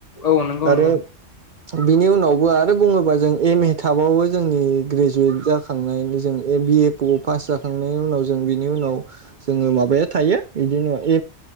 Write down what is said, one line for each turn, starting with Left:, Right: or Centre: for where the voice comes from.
Left: औ नंगौ
Right: आरो
Left: नंगौ
Right: बिनि उनावबो आर आरो बुङोबा जों एम ए थाबावबो जोंनि ग्रेजुवेट जाखांनायनि जों ए बि ए ब पास जाखांनायनि उनाव जों बिनि उनाव जोङो माबाया थायो बिदि ना